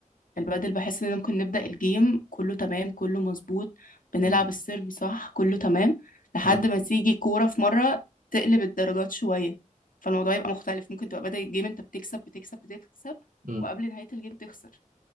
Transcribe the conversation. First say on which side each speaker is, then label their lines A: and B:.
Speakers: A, on the left; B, on the right.
A: البدل بحس ان ممكن نبدأ الجيم كله تمام كله مظبوط بنلعب
B: امم
A: السيرف صح كله تمام لحد
B: امم
A: ما تيجي كورة في مرة تقلب الدرجات شوية فالموضوع يبقى مختلف ممكن تبقى بدأ الجيم انت بتكسب بتكسب بتكسب
B: امم
A: وقبل نهاية الجيم تخسر